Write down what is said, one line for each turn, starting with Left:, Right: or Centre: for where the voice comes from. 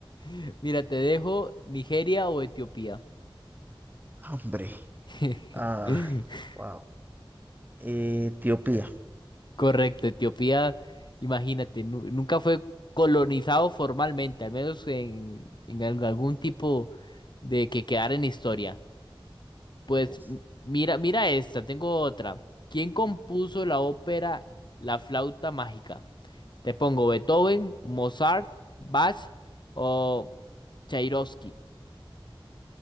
Left: <laughs> Mira, te dejo Nigeria o Etiopía.
Right: Hombre.
Left: <laughs>
Right: Ah, wow. Etiopía.
Left: Correcto, Etiopía, imagínate, nu- nunca fue colonizado formalmente, al menos en, en al- algún tipo de que quedara en historia. Pues
Right: Uf.
Left: m- mira, mira esta, tengo otra. ¿Quién compuso la ópera La flauta mágica? Te pongo Beethoven, Mozart, Bach o Tchaikovsky.